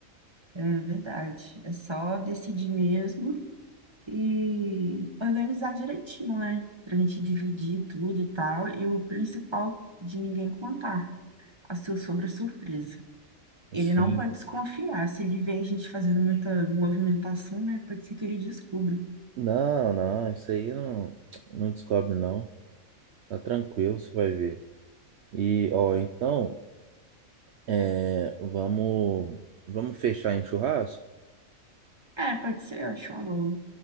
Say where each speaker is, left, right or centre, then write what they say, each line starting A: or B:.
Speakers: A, on the right (about 20°); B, on the right (about 65°).
A: É verdade. É só decidir mesmo e organizar direitinho, né? Pra gente dividir tudo e tal. E o principal de ninguém contar, a sua sobre a surpresa. Ele
B: Sim.
A: não pode desconfiar. Se ele vê a gente fazendo muita movimentação, né? Pode ser que ele descubra.
B: Não, não, isso aí não, não descobre não. Tá tranquilo, você vai ver. E, ó, então, é, vamos, vamos fechar em churrasco,
A: É, pode ser, eu acho uma boa.